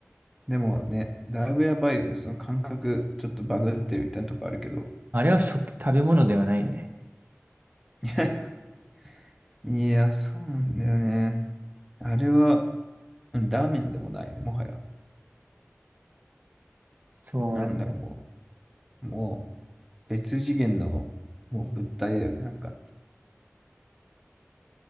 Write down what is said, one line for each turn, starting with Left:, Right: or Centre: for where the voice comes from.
Centre: でもね、だいぶやばいよね。その感覚、ちょっとバグってるみたいなとこあるけど。
Right: あれは食、食べ物ではないよね。
Centre: <laughs> いや、そうなんだよね。あれは、うんラーメンでもないね、もはや。
Right: そう。
Centre: なんだろう、もう、もう、別次元の、もう物体だよね、なんか。